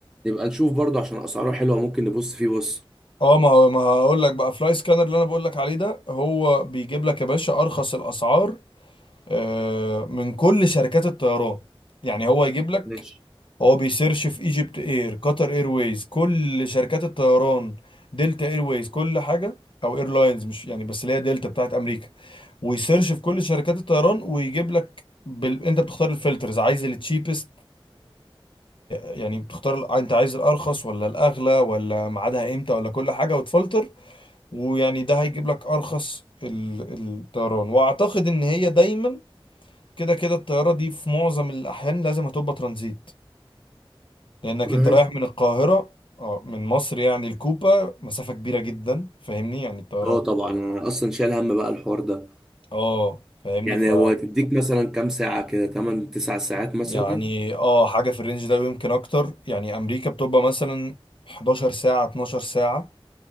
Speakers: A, in the centre; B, on the left.
A: نبقى نشوف برضه عشان اسعاره حلوه ممكن نبص فيه بص
B: اه ما هو- ما هقول لك بقى فلاي سكانر اللي انا بقول لك عليه ده هو بيجيب لك يا باشا ارخص الاسعار آه، من كل شركات الطيران يعني هو يجيب لك
A: ماشي
B: هو بيسيرش في ايجيبت اير قطر ايرويز كل شركات الطيران دلتا ايرويز كل حاجه او ايرلاينز مش يعني بس اللي هي دلتا بتاعت امريكا ويسيرش في كل شركات الطيران ويجيب لك بال... انت بتختار الفلترز عايز التشيبست يعني بتختار ال- انت عايز الارخص ولا الاغلى ولا ميعادها امتى ولا كل حاجه وتفلتر ويعني ده هيجيب لك ارخص ال... الطيران واعتقد ان هي دايما كده كده الطياره دي في معظم الاحيان لازم هتبقى ترانزيت لانك
A: ماشي
B: انت رايح من القاهره اه من مصر يعني الكوبا مسافه كبيره جدا فاهمني يعني الطياره
A: اه طبعا انا اصلا شايل هم بقى الحوار ده
B: اه فاهمني
A: يعني
B: ف
A: هو هتديك مثلا كام ساعه كده 8 9 ساعات مثلا
B: يعني اه حاجه في الرينج ده ويمكن اكتر يعني امريكا بتبقى مثلا 11 ساعه 12 ساعه